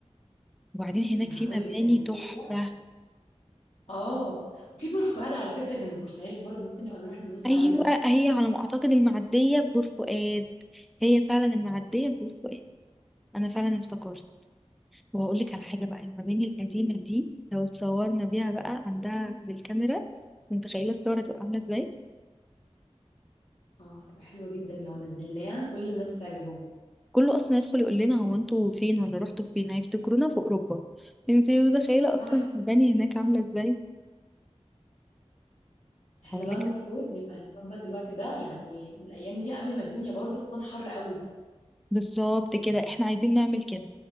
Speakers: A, in the centre; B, on the left.
A: وبعدين هناك
B: انا
A: في
B: هقول
A: مباني
B: لك لان
A: تحفة
B: كده كده اه وفي بور فؤاد على فكره جنب بورسعيد برضه ممكن نبقى نروح نبص
A: ايوه
B: عليها
A: هي على ما اعتقد المعديه ببور فؤاد هي فعلا المعديه ببور فؤاد انا فعلا افتكرت وهقول لك على حاجه بقى المباني
B: هتبقى
A: القديمه
B: جميله جدا
A: دي لو اتصورنا بيها بقى عندها بالكاميرا متخيله الصور هتبقى عامله ازاي
B: اه هتبقى حلوه جدا لو نزلناها كل الناس هتعجبهم
A: كله اصلا يدخل يقول لنا هو انتوا فين ولا رحتوا فين هيفتكرونا في اوروبا انت متخيله
B: صح
A: اصلا المباني هناك عامله ازاي
B: احنا
A: هقول
B: بقى
A: لك
B: المفروض نبقى نظبط الوقت ده يعني من الايام دي قبل ما الدنيا برضو تكون حر قوي
A: بالظبط كده احنا عايزين نعمل كده